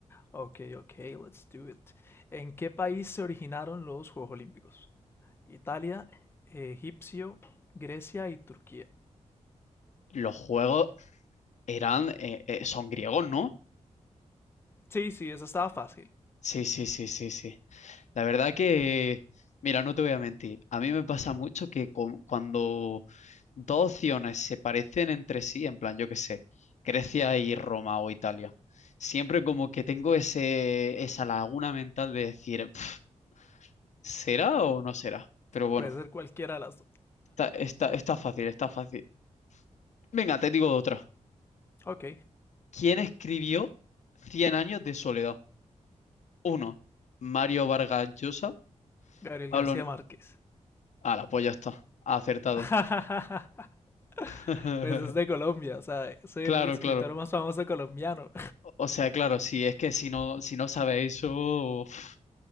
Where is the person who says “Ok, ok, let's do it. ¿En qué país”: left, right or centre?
Left